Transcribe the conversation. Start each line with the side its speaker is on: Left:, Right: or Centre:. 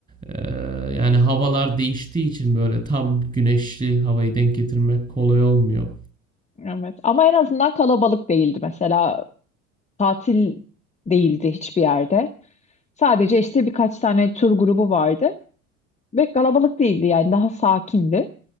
Right: e, yani havalar değiştiği için böyle tam güneşli havayı denk getirmek kolay olmuyor.
Left: Evet. Ama en azından kalabalık değildi mesela. Tatil değildi hiçbir yerde. Sadece işte birkaç tane tur grubu vardı ve kalabalık değildi yani daha sakindi.